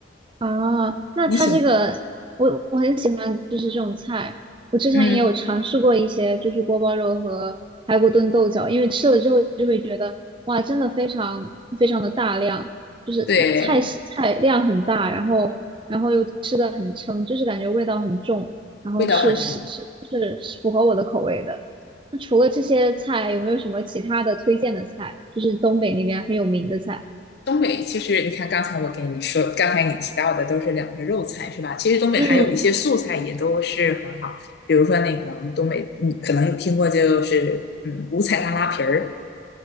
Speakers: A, on the right; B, on the left.
A: 哦，那它这个我我很喜欢，
B: 你喜欢？
A: 就是这种菜。我之前也有尝试过一些，
B: 嗯，
A: 就是锅包肉和排骨炖豆角，因为吃了之后就会觉得，哇，真的非常非常的大量，就是菜系菜量很大，
B: 对，
A: 然后然后又吃的很撑，就是感觉味道很重，然后是是是是符合我的口味的。
B: 味道很重。
A: 那除了这些菜，有没有什么其他的推荐的菜？就是东北那边很有名的菜。
B: 东北其实你看，刚才我给你说，刚才你提到的都是两个肉菜是吧？其实东北还有一些素菜也都是很好，
A: 嗯，
B: 比如说那个我们东北，嗯，可能你听过就是嗯五彩大拉皮儿。